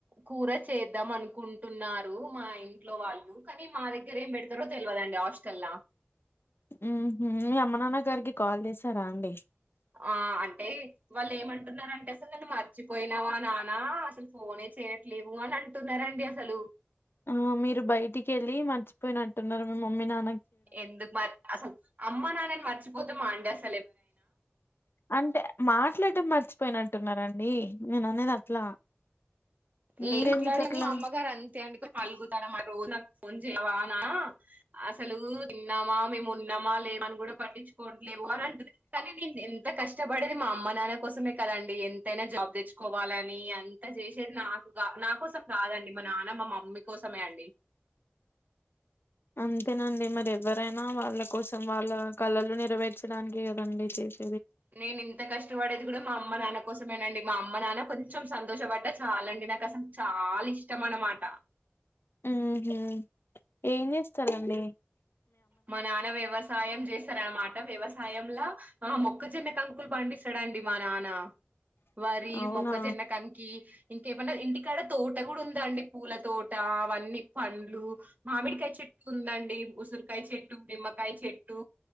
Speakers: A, on the right; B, on the left.
A: కూర చేద్దాం అనుకుంటున్నారు మా ఇంట్లో వాళ్ళు కానీ మా దగ్గర ఏం పెడతారో తెలియదండి హాస్టల్లా
B: ఉ మీ అమ్మ నాన్న గారికి కాల్ చేసారా అండి
A: ఆ అంటే వాళ్ళు ఏమంటున్నారంటే అసలు నన్ను మర్చిపోయినావా నానా అసలు ఫోనే చేయట్లేవు అని అంటున్నారండి అసలు
B: ఆ మీరు బయటికి వెళ్ళి మర్చిపోయినట్టున్నారు మీ మమ్మీ నాన్న
A: ఎందుకు మరి అసలు అమ్మ నాన్నని మర్చిపోతా మాండస్
B: అంటే మాట్లాడటం మర్చి పోయిన అంటున్నండి నేన అనేది అట్లా మీరెందుకు
A: లే కలాడ
B: అట్లా
A: అమ్మగారు అంత అక పల్గుతడా రజ నాన్వా అసలు చిన్న మ ఉన్నామా లేమని కూడా పట్టించుకోండి లేవు అని అంటుంది కానీ నేను ఎంత కష్టపడేది మా అమ్మ నాన్న కోసమే కదండి ఎంతైనా జాబ్ తెచ్చుకోవాలని అంత చేసేది నాకు నా కోసం కాదండి మా నాన్న మా మామ మమ్ మీ కోసమే అండి
B: అంతేనండి మరి ఎవ్వరైనా వాళ్ళ కోసం వాళ్ళ కలలు నెరవేర్చడానికి కదండి చేసే
A: నేను ఇంత కష్ట కష్ట పడేది కూడా మా అమ్మ నాన్న కోసమేనండి మా అమ్మ నాన్న కొంచెం సంతోషపడ్డా చాలండి నాకు అసలు చాలా ఇష్టం అనమాట
B: హ్మ్మ్ ఏం చేస్తారండి
A: మా నాన్న వ్యవసాయం చేస్తార అనమాట వ్యవసాయం లా ఆ మొక్క చిన్న కంకులు పండిస్తారు అండి మా నాన్న వరి
B: అవునా
A: మొక్కజొన్న కంకి ఇంక మన ఇంటి కాడ తోట కూడా ఉందా అండి పూలతోోట? అవన్నీ పండ్లు మామిడికాయ చెట్టు ఉందండి ఉసురు చెట్టు ఉండేది నిమ్మకాయ చెట్టు